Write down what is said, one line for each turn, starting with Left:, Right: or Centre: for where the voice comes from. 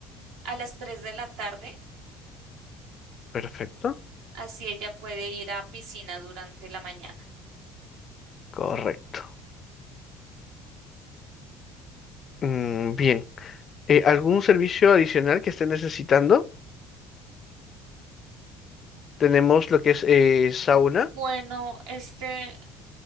Right: a las 3 de la tarde,
Left: Perfecto,
Right: así ella puede ir a piscina durante la mañana.
Left: correcto. Mm, bien, Eh, ¿algún servicio adicional que esté necesitando? Tenemos lo que es eh, sauna.
Right: Bueno, este,